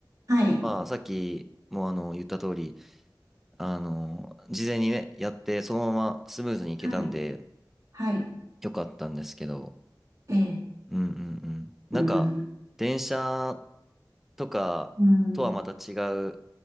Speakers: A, on the right; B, in the centre.
A: はい、
B: まあ、さっきもあの、言った通り、あの、事前にね、やってそのままスムーズに行けたんで、
A: はい、はい。
B: よかったんですけど、
A: ええ、
B: うんうんうん。なんか、
A: うん、
B: 電車とかとはまた違う
A: うん、